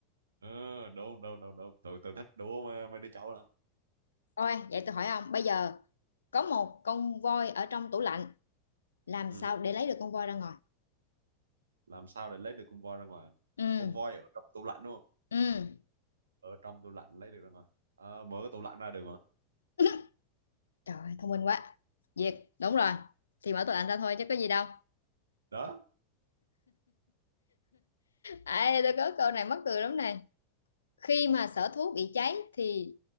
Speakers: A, on the right (about 75°); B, on the left (about 75°).
A: ờ đúng đúng đúng đúng tụi tụi thích đùa mà mấy đứa cháu lắm
B: thôi vậy tôi hỏi ông bây giờ có một con voi ở trong tủ lạnh làm
A: ừ.
B: sao để lấy được con voi ra ngoài
A: làm sao để lấy được con voi ra ngoài
B: ừ
A: con voi ở trong tủ lạnh đúng không
B: ừ
A: ở trong tủ lạnh lấy được ra ngoài Ờ, mở cái tủ lạnh ra được mà
B: <laughs> trời ơi, thông minh quá Việt đúng rồi thì mở tủ lạnh ra thôi chứ có gì đâu
A: đó
B: Ê, tôi có câu này mắc cười lắm này khi mà sở thú bị cháy thì